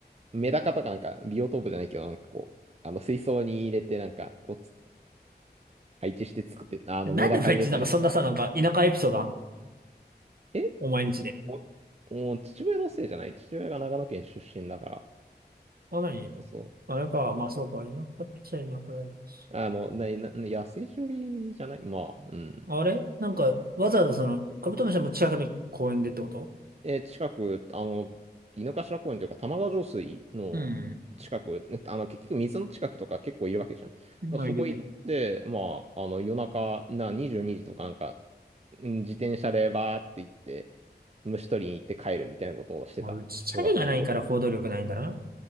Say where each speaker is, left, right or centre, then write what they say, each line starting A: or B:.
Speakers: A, on the right; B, on the right.
A: う、メダカとかなんかビオトープじゃないけど、なんかこう、あの水槽に入れてなんかこうつ、配置して作って、あのメダカ入れたりとか、
B: なんで毎日なんかそんなさ、なんか田舎エピソードあんの
A: え
B: お前んちで。
A: お、もう父親のせいじゃない父親が長野県出身だか
B: あ、なに
A: ら、そう。
B: あれか、まあそうか、田舎っちゃ田舎だし。
A: あの、な、な、野生処理じゃないまあ、うん。
B: あれなんか、わざわざその、カブトムシはもう近くの公園でってこと
A: え、近く、あの、井の頭公園というか、玉川上水の近く、
B: うん。
A: ねあの、結局水の近くとか結構いるわけじゃん。だからそこ行って、
B: まあいるね。
A: まあ、あの、夜中、な、22時とかなんか、うん自転車でバーって行って、虫取りに行って帰るみたいなことをしてた。
B: まあ、うちチャリがないから行動力ないんだな。
A: 小学校の頃。